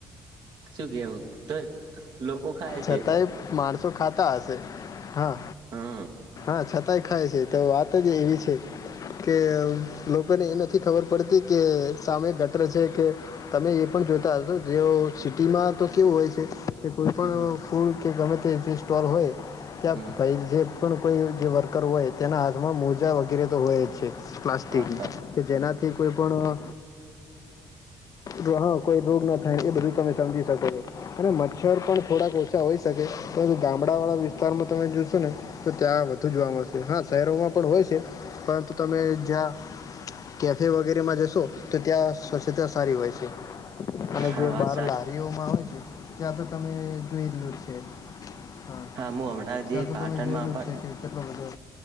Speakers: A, on the right; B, on the left.
A: શું કેવું તો લોકો ખાય
B: છતાંય.
A: છે
B: માણસો ખાતા હશે હા.
A: હા.
B: હ છતાંય ખાય છે તો વાત જ એવી છે. કે લોકોને એ નથી ખબર પડતી કે સામે ગટર છે કે તમે એ પણ જોતા હશો જેઓ સિટીમાં તો કેવું હોય છે કે કોઈ પણ
A: હમ
B: ફૂડ કે ગમે તે જે સ્ટોર હોય ત્યાં
A: હમ
B: ભાઈ જે પણ કોઈ જે વર્કર હોય તેના હાથમાં મોજા વગેરે તો હોય જ છે પ્લાસ્ટિક
A: વાત
B: ના
A: સાચી.
B: કે જેનાથી કોઈ પણ અ જો હા કોઈ રોગ ન થાય એ બધું તમે સમજી શકો છો અને મચ્છર પણ થોડાક ઓછા હોઈ શકે તો ગામડા વાળા વિસ્તારમાં તમે જોશો ને તો ત્યાં વધુ જોવા મળશે હા શહેરોમાં પણ હોય છે પરંતુ તમે જ્યાં કેફે વગેરેમાં જશો. તો ત્યાં સ્વચ્છતા સારી હોય છે અને
A: હા
B: જો
A: વાત
B: બહાર
A: સાચ
B: લાવે. લીવ મા હોય છે ત્યાં તો તમે જોઈલું છે. હા
A: હું હમણાં જે
B: ત્યા તો
A: પાટણમાં
B: તમે જોયલું
A: પણ
B: છે કે કેટલો બધો.